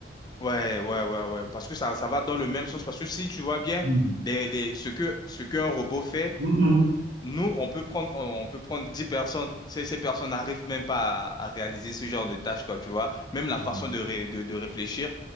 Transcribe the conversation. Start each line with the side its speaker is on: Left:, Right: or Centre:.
Left: Ouais, ouais, ouais, ouais. Parce que ça, ça va dans le même sens. Parce que si tu vois bien
Right: Mm.
Left: les, les, ce que, ce qu'un robot fait,
Right: Mm,
Left: nous, on peut prendre, on, on peut prendre 10 personnes. Ces, ces personnes n'arrivent même pas à, à réaliser ce genre de tâches, quoi, tu vois. Même la
Right: mm.
Left: façon de, ré- de, de réfléchir,